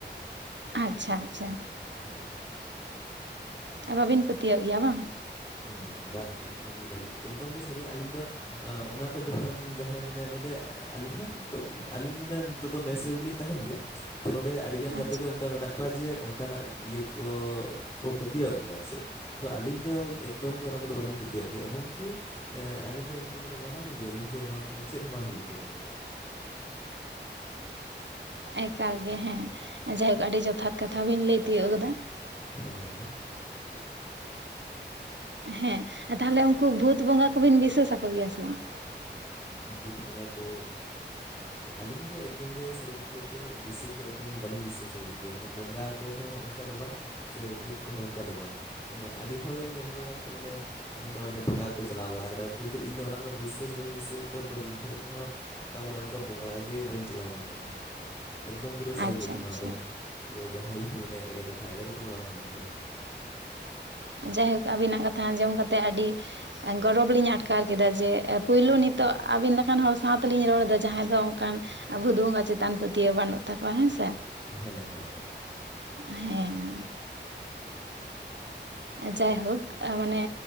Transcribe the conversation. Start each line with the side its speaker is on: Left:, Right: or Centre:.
Right: ᱟᱪᱪᱷᱟ ᱟᱪᱪᱷᱟ
Left: ᱦᱮᱸ
Right: ᱵᱟᱵᱤᱱ ᱯᱟᱹᱛᱭᱟᱹᱜ ᱜᱮᱭᱟ ᱵᱟᱝ
Left: ᱦᱮᱸ ᱵᱟᱝ ᱮᱠᱫᱚᱢ ᱜᱮ ᱵᱟᱞᱤ ᱮᱠᱫᱚᱢ ᱜᱮ ᱥᱟᱹᱨᱤ ᱟᱹᱞᱤᱧ ᱫᱚ ᱚᱱᱟ ᱠᱚ ᱡᱚᱠᱷᱚᱱ ᱡᱟᱦᱟᱸᱭ ᱢᱟᱱᱮ ᱱᱚᱸᱰᱮ ᱟᱹᱞᱤᱧ ᱦᱚᱸ ᱱᱤᱛᱚᱜ ᱟᱹᱞᱤᱧ ᱢᱮᱱᱟ ᱱᱤᱛᱚᱜ ᱫᱚ ᱢᱮᱥ ᱨᱮᱜᱮᱞᱤᱧ ᱛᱟᱦᱮᱱ ᱜᱮᱭᱟ ᱛᱚ ᱱᱚᱸᱰᱮ ᱟᱹᱰᱤᱜᱟᱱ ᱜᱟᱛᱮ
Right: ᱟᱪᱪᱷᱟ
Left: ᱜᱮ ᱚᱱᱠᱟ ᱢᱮᱱᱟᱜ <unintelligible> ᱡᱮ ᱚᱱᱠᱟᱱᱟᱜ ᱤᱭᱟᱹ ᱠᱚᱠᱚ ᱯᱟᱹᱛᱭᱟᱹᱣᱟᱜ ᱜᱮᱭᱟ ᱟᱨ ᱪᱮᱫ ᱛᱚ ᱟᱹᱞᱤᱧ ᱫᱚ ᱮᱠᱫᱚᱢ ᱜᱮ ᱠᱚᱫᱚ ᱵᱟᱞᱤᱧ ᱯᱟᱹᱛᱭᱟᱹᱜ ᱜᱮᱭᱟ ᱮᱵᱚᱝ ᱠᱤ ᱟᱞᱤᱧ ᱫᱚ ᱩᱱ ᱠᱩ ᱢᱟᱱᱮ ᱢᱟᱱᱟ ᱠᱚ ᱜᱮᱭᱟ ᱞᱤᱧ ᱪᱮᱫ ᱦᱚᱸ ᱵᱟᱝ ᱦᱩᱭᱩᱜ ᱜᱮᱭᱟ ᱱᱚᱝᱠᱟ ᱫᱚ
Right: ᱮᱠᱟᱞᱜᱮ ᱦᱮᱸ ᱡᱟᱭᱦᱳᱠ ᱟᱹᱰᱤ ᱡᱚᱛᱷᱟᱛ ᱠᱟᱛᱷᱟ ᱵᱤᱱ ᱞᱟᱹᱭ ᱛᱤᱭᱳᱜ ᱠᱟᱫᱟ
Left: ᱦᱳᱭ
Right: ᱦᱮᱸ ᱛᱟᱦᱚᱞᱮ ᱩᱱᱠᱩ ᱵᱷᱩᱛ ᱵᱚᱸᱜᱟ ᱠᱚᱵᱤᱱ ᱵᱤᱥᱟᱹᱥ ᱟᱠᱚ ᱜᱮᱭᱟ ᱥᱮ ᱵᱟᱝ?
Left: ᱵᱷᱩᱛ ᱵᱚᱸᱜᱟ ᱠᱚ ᱟᱞᱤᱧ ᱫᱚ ᱮᱠᱫᱚᱢ ᱜᱮ ᱥᱟᱹᱨᱤ ᱠᱟᱛᱷᱟ ᱞᱟᱹᱭᱛᱮ ᱵᱤᱥᱥᱟᱹᱥ ᱫᱚ ᱮᱠᱫᱚᱢ ᱜᱮ ᱵᱟᱞᱤᱧ ᱵᱤᱥᱥᱟᱹᱥ- <unintelligible> ᱵᱚᱸᱜᱟ ᱠᱚᱦᱚᱸ ᱚᱱᱠᱟ ᱫᱚ ᱵᱟᱝ ᱥᱮ ᱵᱷᱩᱛ ᱠᱚᱦᱚᱸ ᱚᱱᱠᱟ ᱫᱚ ᱵᱟᱝ ᱢᱟᱱᱮ ᱟᱹᱰᱤ ᱦᱚᱲᱤᱧ ᱧᱮᱞ ᱵᱟᱲᱟᱣ ᱠᱟᱜ ᱠᱚ ᱢᱟᱱᱮ <unintelligible> ᱢᱟᱱᱮ ᱵᱚᱸᱜᱟ ᱠᱚ ᱪᱟᱞᱟᱣ ᱵᱟᱲᱟ ᱟᱠᱟᱱᱟ ᱠᱤᱱᱛᱩ ᱤᱧ ᱫᱚ ᱚᱱᱟ ᱠᱚᱫᱚ ᱵᱤᱥᱥᱟᱹᱥ ᱵᱟᱹᱧ ᱵᱤᱥᱥᱟᱹ ᱱᱤᱛ ᱫᱷᱟᱹᱨᱤᱡ ᱦᱚᱸ ᱚᱠᱟ ᱠᱚᱨᱮ ᱚᱱᱠᱟ ᱵᱚᱸᱜᱟ ᱜᱮ ᱵᱟᱹᱧ ᱪᱟᱞᱟᱣ ᱵᱟᱲᱟ ᱟᱠᱟᱱᱟ ᱮᱠᱫᱚᱢ ᱯᱩᱨᱟᱹ ᱥᱟᱹᱨᱤ
Right: ᱟᱪᱪᱷᱟ
Left: ᱠᱟᱛᱷᱟ ᱱᱚᱣᱟ
Right: ᱟᱪᱪᱷᱟ
Left: ᱫᱚ ᱟᱫᱚ ᱡᱟᱦᱟᱸᱭ ᱡᱩᱫᱤ ᱢᱚᱱᱮᱭᱟ ᱮᱲᱮ ᱠᱟᱛᱷᱟ ᱮᱲᱮ ᱠᱟᱛᱷᱟ ᱫᱚ ᱵᱟᱝ ᱠᱟᱱᱟ ᱮᱠᱫᱚᱢ
Right: ᱡᱟᱭᱦᱳᱠ ᱟᱵᱤᱱᱟᱜ ᱠᱟᱛᱷᱟ ᱟᱸᱡᱚᱢ ᱠᱟᱛᱮᱜ ᱟᱹᱰᱤ ᱜᱚᱨᱚᱵᱽ ᱞᱤᱧ ᱟᱴᱠᱟᱨ ᱠᱮᱫᱟ ᱡᱮ ᱯᱳᱭᱞᱳ ᱱᱤᱛᱚᱜ ᱟᱹᱵᱤᱱ ᱞᱮᱠᱟᱱ ᱦᱚᱲ ᱥᱟᱶ ᱛᱮᱞᱤᱧ ᱨᱚᱲ ᱮᱫᱟ ᱡᱟᱦᱟᱸᱭ ᱫᱚ ᱚᱱᱠᱟᱱ ᱵᱷᱩᱫ ᱵᱚᱸᱜᱟ ᱪᱮᱛᱟᱱ ᱯᱟᱹᱛᱭᱟᱹᱣ ᱵᱟᱹᱱᱩᱜ ᱛᱟᱠᱚᱣᱟ ᱦᱮᱸ ᱥᱮ
Left: ᱦᱮᱸ ᱦᱮᱸ ᱦᱮᱸ
Right: ᱦᱮᱸ ᱡᱟᱭᱦᱳᱠ ᱢᱟᱱᱮ